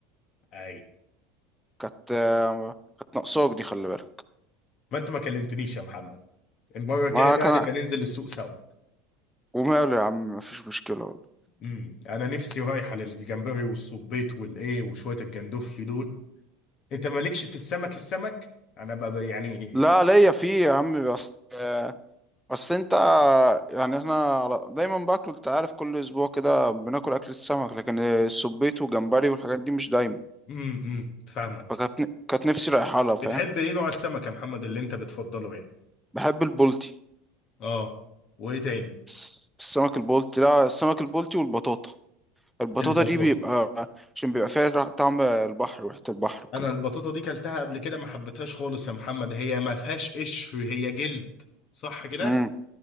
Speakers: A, on the left (about 45°); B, in the centre.
A: اي
B: كانت آه، كانت ناقصاك دي خلي بالك
A: ما انت ما كلمتنيش يا محمد المرة الجاية
B: ما
A: بقى
B: كان
A: نبقى ننزل السوق سوا
B: وماله يا عم مفيش مشكله والله
A: امم انا نفسي رايحه للجمبري والصبيط والايه وشويه الجندوفلي دول انت مالكش في السمك السمك انا بقى يعني
B: لا ليا فيه يا عم بس آه، بس انت يعني احنا على- دايما باكل انت عارف كل اسبوع كده بناكل اكل السمك لكن السبيط وجمبري والحاجات دي مش دايما
A: امم امم فاهمك
B: فكانت ن- كانت نفسي رايحه لها فاهم
A: بتحب ايه نوع السمك يا محمد اللي انت بتفضله يعني
B: بحب البولتي
A: اه وايه تاني
B: الس- السمك البلطي لا السمك البلطي والبطاطا البطاطا
A: البطاطا
B: دي بيبقى عشان بيبقى فيها رح- طعم البحر وريحة البحر وكده
A: انا البطاطا دي كلتها قبل كده ما حبيتهاش خالص يا محمد هي ما فيهاش قشر هي جلد صح كده
B: امم